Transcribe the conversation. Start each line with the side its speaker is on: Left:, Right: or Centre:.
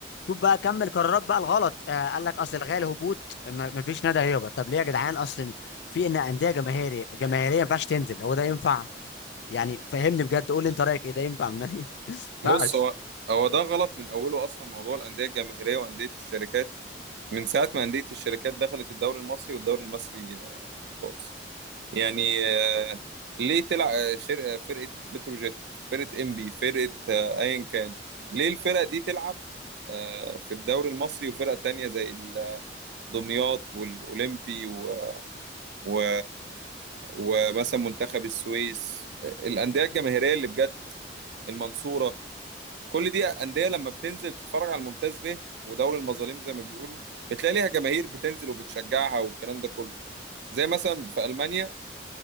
Left: شوف بقى كمل قرارات بقى الغلط آه قال لك اصل الغالي هبوط ما ما فيش نادي هيهبط طب ليه يا جدعان اصل في ان انديه جماهيريه جماهيريه ما ينفعش تنزل هو ده ينفع يعني فهمني بجد قول لي انت رايك ايه ده ينفع من نادي <laughs> ما
Right: بص
Left: ينفعش
Right: هو هو ده غلط من اوله اصلا موضوع الانديه الجماهيريه وانديه الشركات من ساعه ما انديه الشركات دخلت الدوري المصري والدوري المصري آه، باظ يعني آه، ليه تلعب شركه فرقه بتروجيت فرقه انبي فرقه آه، ايا كان ليه الفرق دي تلعب آه، في الدوري المصري وفرق تانية زي ال- دمياط والأولمبي و... و... ومثلا منتخب السويس آه، الأندية الجماهيرية اللي بجد المنصوره كل دي انديه لما بتنزل تتفرج على الممتاز به ودوري المظالم زي ما بيقولوا بتلاقي ليها جماهير بتنزل وبتشجعها والكلام ده كله زي مثلا في المانيا